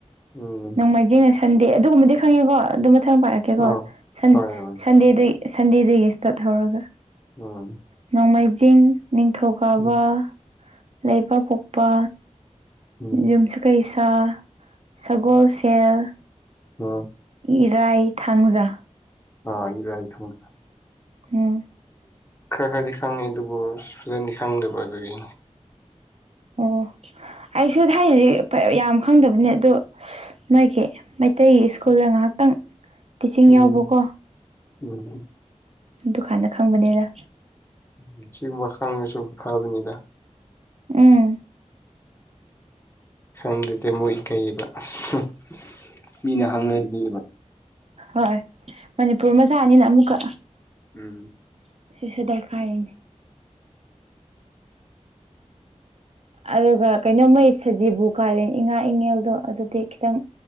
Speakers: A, on the left (about 20°); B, on the right (about 55°).
A: ꯎꯝ
B: ꯅꯣꯡꯃꯥꯏꯖꯤꯡꯅ ꯁꯟꯗꯦ ꯑꯗꯨꯒꯨꯝꯕꯗꯤ ꯈꯪꯉꯦꯀꯣ ꯑꯗꯨ ꯃꯊꯪ ꯄꯥꯔꯛꯀꯦ ꯀꯦꯀꯣ
A: ꯑꯥ
B: ꯁꯟ
A: ꯍꯣꯏ ꯍꯣꯏ
B: ꯁꯟꯗꯦꯗꯒꯤ ꯁꯟꯗꯦꯗꯒꯤ ꯏꯁꯇꯥꯔꯠ ꯍꯧꯔꯒ
A: ꯎꯝ
B: ꯅꯣꯡꯃꯩꯖꯤꯡ ꯅꯤꯡꯊꯧꯀꯥꯕ
A: ꯎꯝ
B: ꯂꯩꯕꯥꯛꯄꯣꯛꯄ
A: ꯎꯝ
B: ꯌꯨꯝꯁꯥꯀꯩꯁꯥ ꯁꯒꯣꯜꯁꯦꯜ
A: unintelligible
B: ꯏꯔꯥꯏ ꯊꯥꯡꯖꯥ
A: inaudible
B: ꯎꯝ
A: ꯈꯔ ꯈꯔꯗꯤ ꯈꯪꯉꯦ ꯑꯗꯨꯕꯨ ꯐꯖꯅꯗꯤ ꯈꯪꯗꯕ ꯑꯗꯨꯒꯤ
B: ꯑꯣ ꯑꯩꯁꯨ ꯊꯥꯏꯅꯗꯤ ꯌꯥꯝ ꯈꯪꯗꯕꯅꯦ ꯑꯗꯨ ꯃꯣꯏꯒꯤ ꯃꯩꯇꯩꯒꯤ ꯁ꯭ꯀꯨꯜꯗ ꯉꯥꯏꯍꯥꯛꯇꯪ ꯇꯤꯆꯤꯡ
A: ꯎꯝ
B: ꯌꯥꯎꯕꯀꯣ
A: ꯎꯝ
B: ꯗꯨꯀꯥꯟꯗ ꯈꯪꯕꯅꯦꯗ
A: inaudible
B: ꯎꯝ
A: ꯈꯪꯗꯦꯗ ꯃꯣꯏ ꯀꯩꯕ ꯑꯁ ꯃꯤꯅ ꯍꯪꯂꯗꯤꯕ
B: ꯍꯣꯏ ꯃꯅꯤꯄꯨꯔ ꯃꯆꯥꯅꯤꯅ ꯑꯃꯨꯛꯀ
A: ꯎꯝ
B: ꯁꯤꯁꯨ ꯗꯔꯀꯥꯔꯅꯤꯅꯦ ꯑꯗꯨꯒ ꯀꯩꯅꯣ ꯃꯣꯏ ꯁꯖꯤꯕꯨ ꯀꯥꯂꯦ ꯏꯉꯥ ꯏꯉꯦꯜꯗꯣ ꯑꯗꯨꯗꯤ ꯈꯤꯇꯪ